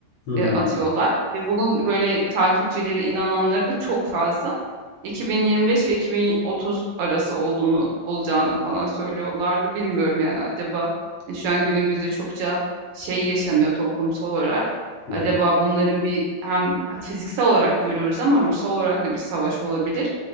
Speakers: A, on the left; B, on the right.
A: Hımm.
B: eee, atıyorlar ve bunun böyle takipçileri, inananları da çok fazla. 2025 ve 2030 arası olduğunu olacağını falan söylüyorlardı. Bilmiyorum yani acaba hani şu an günümüzde çokça şey yaşanıyor toplumsal olarak.
A: Hı
B: Acaba
A: hı.
B: bunların bir hem e, fiziksel olarak görüyoruz ama ruhsal olarak da bir savaş olabilir.